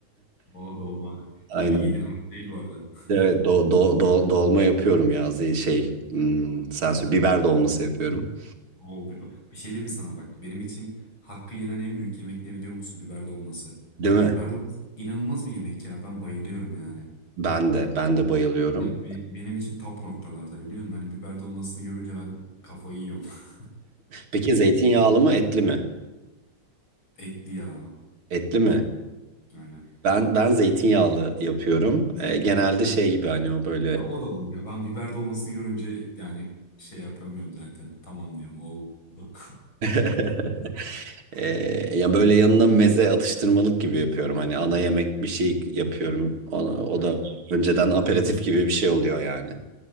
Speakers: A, on the left; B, on the right.
A: O dolma.
B: <laughs> Aynen.
A: Her yiğidin hakkı değil bu arada.
B: Evet
A: <laughs>
B: do, do, do- dolma yapıyorum ya Zey- şey hmm, sen söyle biber dolması yapıyorum.
A: Oo, bir, bir şey diyeyim mi sana bak. Benim için hakkı yenen en büyük yemek ne biliyor musun? Biber dolması.
B: Değil mi?
A: Biber dolması inanılmaz bir yemek ya. Ben bayılıyorum yani.
B: Ben de ben de bayılıyorum.
A: Ya be- benim için top noktalarda biliyor musun? Hani biber dolmasını görünce ben kafayı yiyorum. <laughs>
B: Peki zeytinyağlı mı etli mi?
A: Etli ya.
B: Etli mi?
A: Aynen.
B: Ben ben zeytinyağlı yapıyorum. Ee, genelde şey gibi hani o böyle
A: Ya o da olur ya. Ben biber dolmasını görünce yani şey yapamıyorum zaten. Tamam diyorum oldu. <laughs>
B: <laughs> Ee, ya böyle yanına meze atıştırmalık gibi yapıyorum. Hani ana yemek bir şey yapıyorum. O, o
A: Ha,
B: da önceden aperatif gibi bir şey oluyor yani.